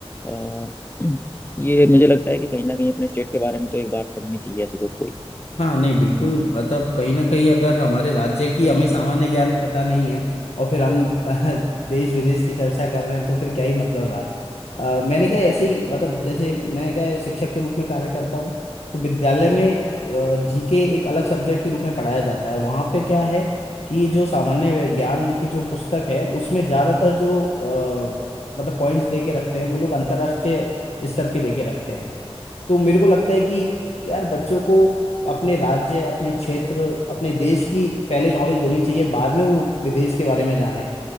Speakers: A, on the left (about 20°); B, on the left (about 85°).
A: अ, <clears throat> ये मुझे लगता है कि कहीं ना कहीं अपने स्टेट के बारे में तो एक बार पढ़नी चाहिए ऐसी बुक कोई
B: हाँ नहीं बिल्कुल मतलब कहीं ना कहीं अगर हमारे राज्य की हमें सामान्य ज्ञान पता नहीं है और फिर हम <laughs> देश विदेश की चर्चा कर रहे हैं तो फिर क्या ही मतलब रहा अ, मैंने क्या ऐसे ही मतलब जैसे मैं क्या है, शिक्षक के रूप में कार्य करता हूँ तो विद्यालय में जीके एक अलग सब्जेक्ट के रूप में पढ़ाया जाता है वहाँ पे क्या है कि जो सामान्य वे- ज्ञान की जो पुस्तक है उसमें ज्यादातर जो अ, मतलब पॉइंट्स दे के रखते हैं वो लोग अंतर्राष्ट्रीय स्तर के दे के रखते हैं तो मेरे को लगता है कि यार बच्चों को अपने राज्य अपने क्षेत्र अपने देश की पहले नॉलेज होनी चाहिए बाद में वो विदेश के बारे में जाने